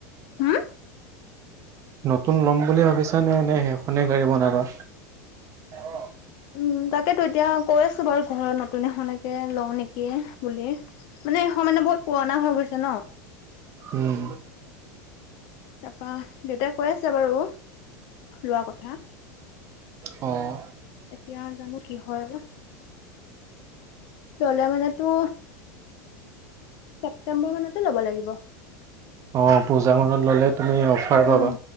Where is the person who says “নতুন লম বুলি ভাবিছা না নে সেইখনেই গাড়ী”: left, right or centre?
Right